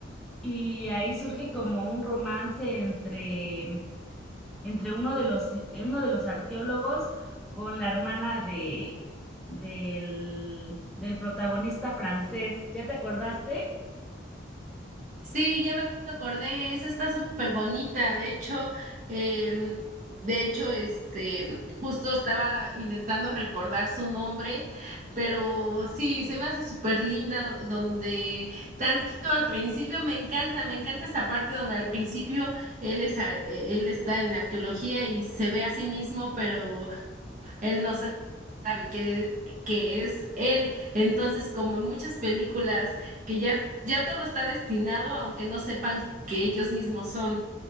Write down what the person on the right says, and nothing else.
Sí, ya me acordé, esa está súper bonita, de hecho, em, de hecho, este, justo estaba intentando recordar su nombre, pero sí, se me hace súper linda donde tanto al principio, me encanta, me encanta esta parte donde al principio él es, ar- eh, él está en la arqueología y se ve a sí mismo, pero él no sa- sabe que, que es él. Entonces, como en muchas películas, que ya, ya todo está destinado, aunque no sepan que ellos mismos son.